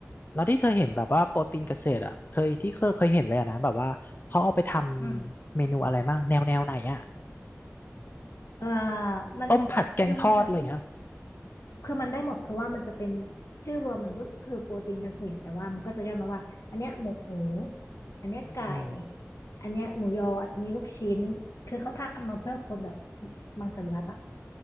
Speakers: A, on the left (about 40°); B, on the left (about 70°).
A: แล้วที่เธอเห็นแบบว่าโปรตีนเกษตรอ่ะเธอที่เคยเคยเห็นเลยอะนะแบบว่าเขาเอาไปทำเมนูอะไรบ้างแนวแนวไหนอ่ะ
B: อืมเอ่อมัน
A: ต้มผัดแกงทอดอะไรอย่างเงี้ย
B: คือมันทำได้ คือมันได้หมดเพราะว่ามันจะเป็นชื่อรวมมันก็คือโปรตีนเกษตรแต่ว่ามันก็จะย่อมาว่าอันเนี้ยหมูอันเนี้ยไก่
A: อืม
B: อันเนี้ยหมูยออันนี้ลูกชิ้นคือเขาทำมาเพื่อคนแบบมังสวิรัติอ่ะ